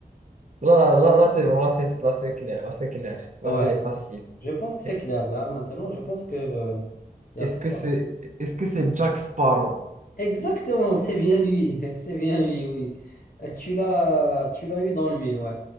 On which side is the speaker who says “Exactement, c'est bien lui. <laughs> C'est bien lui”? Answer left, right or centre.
Left